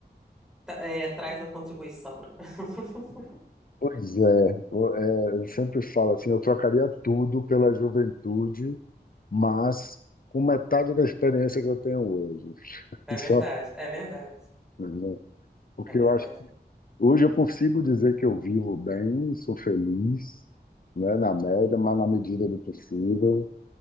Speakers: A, in the centre; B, on the left.
A: tra- é, traz a contribuição, né? <laughs>
B: Pois é, eu, é, eu sempre falo assim, eu trocaria tudo pela juventude, mas com metade da experiência que eu tenho hoje. <laughs>
A: É verdade,
B: Só,
A: é verdade.
B: né? Porque
A: É verdade.
B: eu acho que hoje eu consigo dizer que eu vivo bem, sou feliz, né, na média, mas na medida do possível,